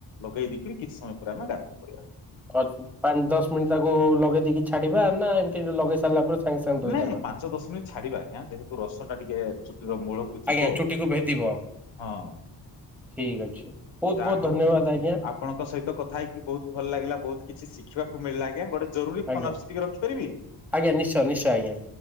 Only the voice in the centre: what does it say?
ହ ପାଞ୍ଚ ଦଶ ମିନିଟ୍ ତାକୁ ଲଗେଇ ଦେଇେଇକି ଛାଡିବା। ନା ଏମିତି ଲଗେଇ ସାରିଲା ପରେ ସାଙ୍ଗେ ସାଙ୍ଗେ ଧୋଇଦବା।
ଆଜ୍ଞା ଚୁଟିକୁ ଭେଦିବ।
ଠିକ ଅଛି ବହୁତ
ବହୁତ
ଧନ୍ୟବାଦ ଆଜ୍ଞା
ଆଜ୍ଞା
ଆଜ୍ଞା ନିଶ୍ଚୟ ନିଶ୍ଚୟ ଆଜ୍ଞା।